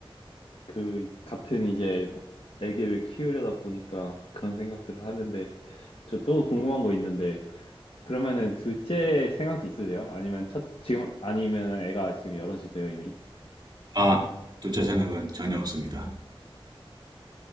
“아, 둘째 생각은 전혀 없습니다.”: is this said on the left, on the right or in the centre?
Right